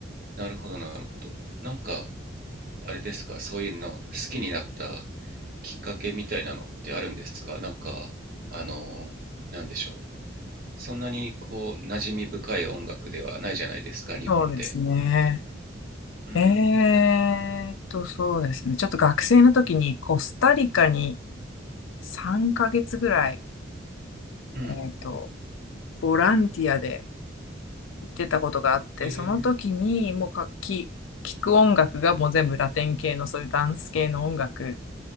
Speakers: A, on the right; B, on the left.
A: なるほど、なるほど。なんか、あれですか、そういうの好きになったきっかけみたいなのってあるんですかなんか、あの、なんでしょう。そんなにこう、馴染み深い音楽ではないじゃないですか、日本で。
B: そうですね。
A: うん、
B: えーっと、そうですね。ちょっと学生の時にコスタリカに3ヶ月ぐらい、
A: うん、
B: えーっと、ボランティアで行ってたことがあって、
A: えー、
B: その時にもうか、き、聞く音楽がもう全部ラテン系のそういうダンス系の音楽